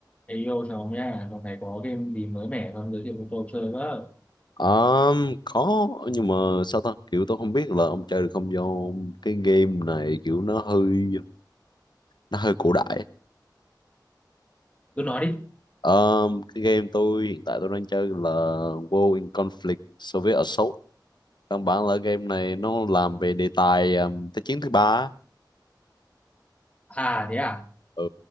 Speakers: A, on the left (about 15°); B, on the left (about 70°).
A: Ê yêu chồng nha, còn này có game gì mới mẻ không giới thiệu cho tôi chơi với.
B: Um, có nhưng mà sao ta kiểu tôi không biết là ông chơi được không do cái game này kiểu nó hơi nó hơi cổ đại
A: Cứ nói đi.
B: um, cái game tôi hiện tại tôi đang chơi là World in Conflict Soviet Assault căn bản là game này nó làm về đề tài um, Thế chiến thứ ba á.
A: À thế à,
B: ừ.